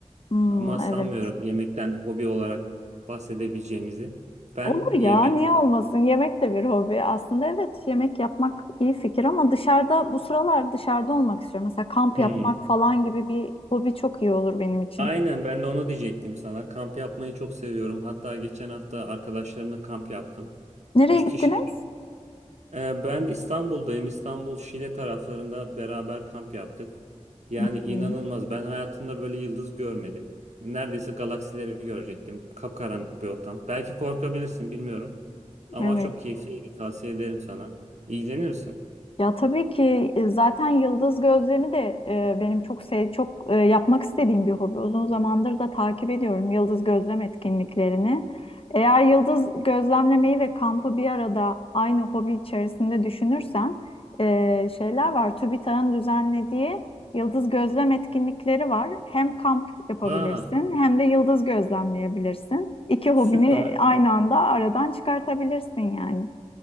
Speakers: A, on the left; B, on the right.
A: Hmm,
B: Ama sanmıyorum
A: evet.
B: yemekten hobi olarak bahsedebileceğimizi. Ben
A: Olur ya,
B: yemek
A: niye olmasın? Yemek de bir hobi. Aslında evet, yemek yapmak iyi fikir ama dışarıda bu sıralar dışarıda olmak istiyorum. Mesela kamp
B: Hmm.
A: yapmak falan gibi bir hobi çok iyi olur benim için.
B: Aynen ben de onu diyecektim sana. Kamp yapmayı çok seviyorum. Hatta geçen hafta arkadaşlarımla kamp yaptım.
A: Nereye
B: Üç
A: gittiniz?
B: kişi Ee, Ben İstanbul'dayım. İstanbul Şile taraflarında beraber kamp yaptık. Yani
A: Hmm,
B: inanılmaz. Ben hayatımda böyle yıldız görmedim. Neredeyse galaksileri görecektim. Kapkaranlık bir ortam. Belki korkabilirsin, bilmiyorum. Ama
A: evet.
B: çok keyifliydi. Tavsiye ederim sana. İlgilenir misin?
A: Ya tabii ki e, zaten yıldız gözlemi de e, benim çok sev çok e, yapmak istediğim bir hobi. Uzun zamandır da takip ediyorum yıldız gözlem etkinliklerini. Eğer yıldız gözlemlemeyi ve kampı bir arada aynı hobi içerisinde düşünürsen e, şeyler var. TÜBİTAK'ın düzenlediği yıldız gözlem etkinlikleri var. Hem kamp yapabilirsin
B: Aa,
A: hem de yıldız gözlemleyebilirsin. İki hobini
B: süper.
A: aynı anda aradan çıkartabilirsin yani.